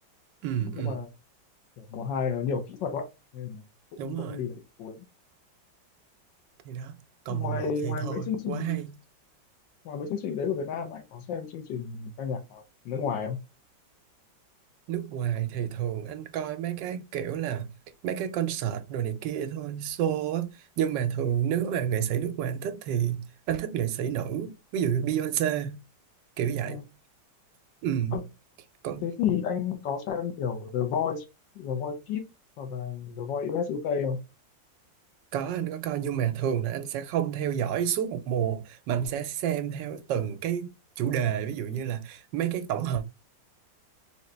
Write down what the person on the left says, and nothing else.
nhưng
mà kiểu mùa hai nó nhiều kỹ thuật quá nên là cũng
cũng
đi được đến cuối
ngoài
ngoài
mấy chương trình
ngoài mấy chương trình đấy của Việt Nam anh có xem chương trình ca nhạc nào nước ngoài không
Ờ.
Ờ,
thế thì anh có xem kiểu The Voice The Voice Kids hoặc là The Voice US UK không